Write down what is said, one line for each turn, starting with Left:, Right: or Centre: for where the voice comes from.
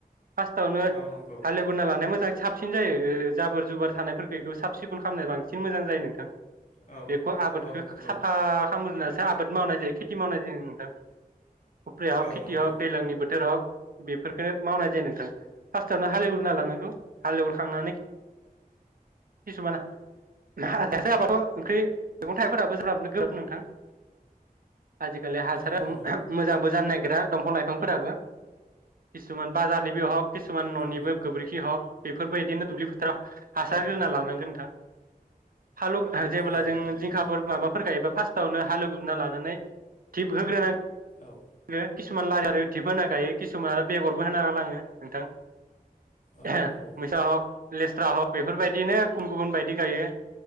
Right: फार्स्टआवनो हालौ
Left: औ नंगौ
Right: ग्रोना लानाया मोजां साबसिन जायो ओ जाबोर जुबार थानायफोरखौ बेखौ साब सिखोन खालामनाय बांसिन मोजां जायो नोंथां।
Left: औ
Right: बेखौ आबादखौ
Left: औ नंगौ
Right: साफा खामहोजाबनासो आबाद मावनाय जायो खेथि मावनाय जायो नोंथां। उफ्रिया
Left: औ
Right: हक खेथि
Left: नंगौ
Right: हक दैलांनि बोथोर हक बेफोरफोरखौनो मावनाय जायो नोंथां। फार्स्टआवनो हालेवगोरना लानांगौ हालेव खांनानै <unintelligible> किसुमान <unintelligible> जाबाथ' ओंख्रि मैगं थाइगं <unintelligible> गोब्राब नोंथां। आजिखालि हासार
Left: औ नंगौ
Right: होआबाबो मोजांबो जानो नागिरा गेदा दंफां लाइफांफोराबो किसुमान बाजारनि बे हक किसुमान न'निबो
Left: नंगौ
Right: गोबोरखि हक बेफोरबायदिनो दुब्लि फो थाराव हासार
Left: औ
Right: होनोना लानांगोन नोंथां। फालु जेबोब्ला
Left: औ
Right: जों
Left: नंगौ
Right: जिंखाफोर
Left: नोंथां
Right: माबाफोर गायोबा फार्स्ट सावनो हालेवग्रोना लानानै थिब होग्रोनांगौ
Left: औ
Right: आङो किसुमान लारि आरो धिपबो होना गायो किसुमान आरो बेगरबो होना गालाङो नोंथां
Left: औ
Right: <unintelligible>
Left: नंगौ
Right: मिसा हक लेस्रा हक बेफोरबायदिनो गुबुन गुबुन बायदि गायो